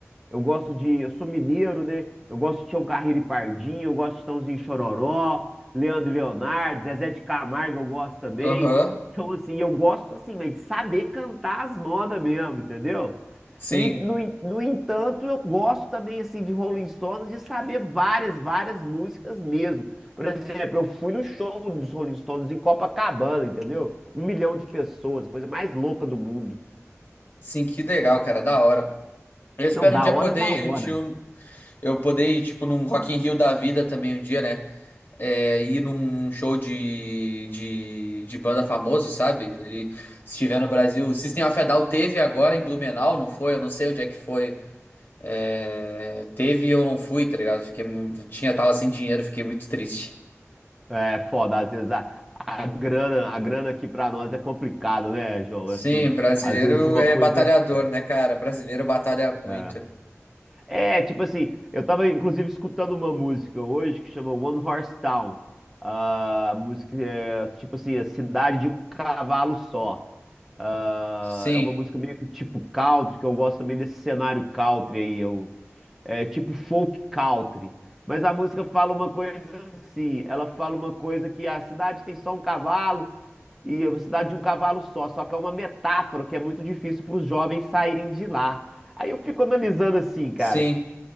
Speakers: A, in the centre; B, on the left (about 45°).
A: Eu gosto de. Eu sou mineiro, né? Eu gosto de Tião Carreiro e Pardinho, eu gosto de Chitãozinho e Chororó, Leandro e Leonardo, Zezé de Camargo, eu gosto também.
B: Aham.
A: Então, assim, eu gosto, assim, mas de saber cantar as modas mesmo, entendeu?
B: Sim.
A: E, no, en- no entanto, eu gosto também, assim, de Rolling Stones, de saber várias, várias músicas mesmo. Por exemplo, eu fui no show dos Rolling Stones em Copacabana, entendeu? Um milhão de pessoas, a coisa mais louca do mundo.
B: Sim, que legal, cara, da hora. Eu espero
A: Não, da
B: um dia
A: hora,
B: poder
A: da hora.
B: ir um tio. Eu poder ir, tipo, num Rock in Rio da vida também um dia, né? É, ir num show de, de, de banda famoso, sabe? Ali, se estiver no Brasil. System of a Down teve agora em Blumenau, não foi? Eu não sei onde é que foi. É, teve e eu não fui, tá ligado? Fiquei, mu- tinha, tava sem dinheiro, fiquei muito triste.
A: É foda, às vezes a, a grana, a grana aqui pra nós é complicado, né, João?
B: Sim,
A: Assim,
B: brasileiro
A: às vezes uma
B: é
A: coisa.
B: batalhador, né, cara? Brasileiro batalha muito.
A: É, é. É, tipo assim, eu tava inclusive escutando uma música hoje que chama One Horse Town. Ah, A música é tipo assim, a cidade de um cavalo só. Ah,
B: Sim,
A: é uma música meio que tipo country, que eu gosto também desse cenário country aí. Eu, é tipo folk country. Mas a música fala uma coisa assim, ela fala uma coisa que a cidade tem só um cavalo e a cidade de um cavalo só, só que é uma metáfora que é muito difícil para os jovens saírem de lá. Aí eu fico analisando assim, cara,
B: sim,